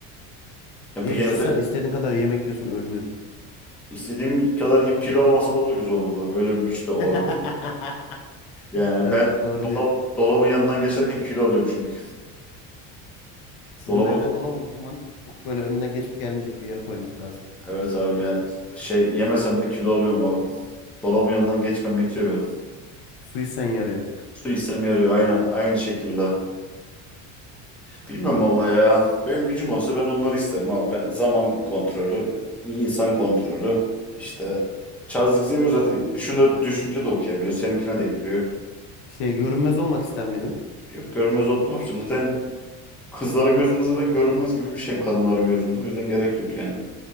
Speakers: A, in the centre; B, on the left (about 70°).
A: Ya
B: Niye
A: bir yerde
B: düşünsen istediğin kadar yemek yiyorsun ölmüyorsun.
A: istediğim kadar yiyip kilo almasam o da güzel olurdu. Bak öyle bir güç de olabilir.
B: <laughs>
A: Yani
B: Evet
A: ben
B: doğru
A: dolap,
B: diyorsun.
A: dolabın yanından geçerken kilo alıyorum çünkü.
B: Sizin
A: Dolaba
B: evde dolabı o zaman çok böyle önünden geçip gelmeyecek bir yere koymak lazım.
A: evet abi yani şey yemesem de kilo alıyorum abi. Dolabın yanından geçmem yetiyor benim.
B: Suisen yarıyor.
A: Su içsem yarıyor aynen. Aynı şekilde. Bilmiyorum valla ya. Benim gücüm olsa ben onları isterim abi. Ben zaman kontrolü, insan kontrolü. işte Charles Xavier zaten düşünce, düşünce de okuyabiliyor. Seninkine de giriyor.
B: Şey görünmez olmak ister miydin?
A: Yok görünmez olup ne yapacağım? Zaten kızların gözünde zaten görünmez gibi bir şeyim kadınların gözünde. O yüzden gerek yok yani.